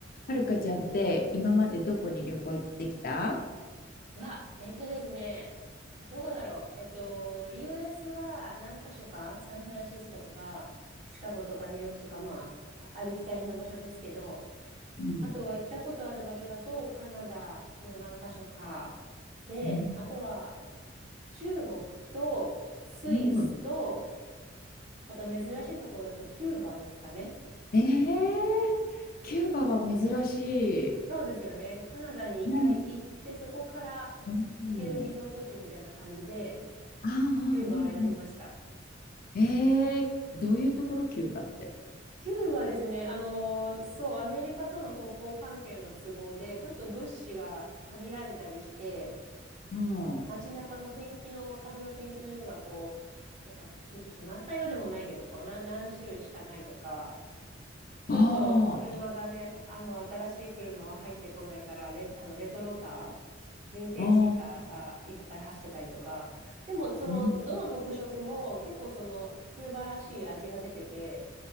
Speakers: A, on the left; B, on the right.
A: はるかちゃんって今までどこに旅行行ってきた
B: わ、えっとですね、どこだろう。えっと、US は何か所か、サンフランシスコとか、シカゴとかニューヨークとか、まあ、ありきたりな場所ですけど、
A: うん、
B: あとは行ったことある場所だと、カナダの何か所か、で、
A: うん、
B: あとは中国とスイスと、
A: うん。
B: あと珍しいところだとキューバですかね。
A: ええキューバは珍しい。
B: そうですよね。カナダに一回行って、
A: 何
B: そこから行けるリゾート地みたいな感じで、
A: おお、ああ、ああ、
B: キューバを選びました。
A: ああ。ええどういうところキューバって。
B: キューはですね、あのーそう、アメリカとの国交関係の都合で、ちょっと物資が限られてたりして、
A: うん。あ
B: 街中のペンキの、壁のペンキの色がこう、なんかき、決まった色でもないけど、こう、な何種類しかないとか、ちょっと車がね、
A: あ、あ
B: あの、新しい車は入ってこないから、レ、あの、レトロカー、ヴィンテージカーがいっぱい走ってたりとか、
A: あ、
B: でも、その、
A: うん、
B: どの特色も結構その、キューバらしい味が出てて、